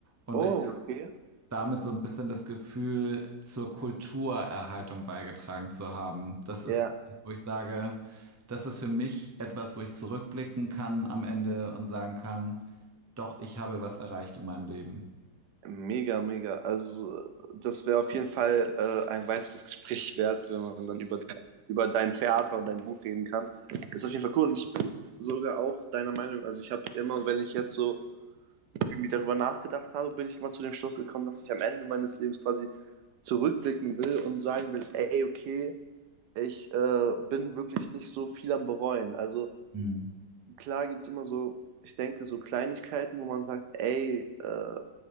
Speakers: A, on the right; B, on the right.
A: Und
B: Oh, okay.
A: damit so ein bisschen das Gefühl zur Kulturerhaltung beigetragen zu haben. Das ist
B: Ja.
A: etwas, wo ich sage, das ist für mich etwas, wo ich zurückblicken kann am Ende und sagen kann, doch, ich habe was erreicht in meinem Leben.
B: Mega, mega. Also, das wäre auf jeden Fall äh, ein weiteres Gespräch wert, wenn man dann über, über dein Theater und dein Buch reden kann. Ist auf jeden Fall cool. Und ich bin sogar auch deiner Meinung. Also, ich habe immer, wenn ich jetzt so irgendwie darüber nachgedacht habe, bin ich immer zu dem Schluss gekommen, dass ich am Ende meines Lebens quasi zurückblicken will und sagen will: Ey, okay, ich äh, bin wirklich nicht so viel am Bereuen. Also,
A: Mhm.
B: klar gibt es immer so, ich denke, so Kleinigkeiten, wo man sagt, ey, äh,